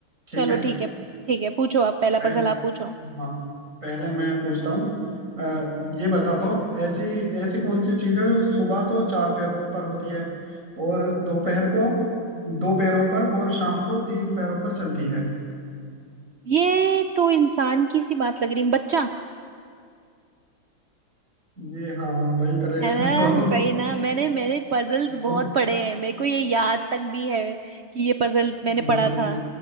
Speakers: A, on the right; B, on the right.
A: ठीक
B: चलो
A: है
B: ठीक है ठीक है पूछो आप पहला
A: पह-
B: पजल आप पूछो
A: हाँ पहले मैं पूछता हूँ अ, ये बताओ ऐसी ऐसी कौन सी चीज है जो सुबह तो चार पैरों पर होती है और दोपहर को दो पैरों पर और शाम को तीन पैरों पर चलती है
B: ये तो इंसान की सी बात लग रही है बच्चा
A: ये हाँ वही करेक्ट
B: है ना
A: <laughs> जवाब
B: सही ना मैंने मैंने पजल्स
A: बहुत
B: बहुत पढ़े हैं मेरे को ये याद तक भी है कि ये पजल मैंने
A: बहुत
B: पढ़ा था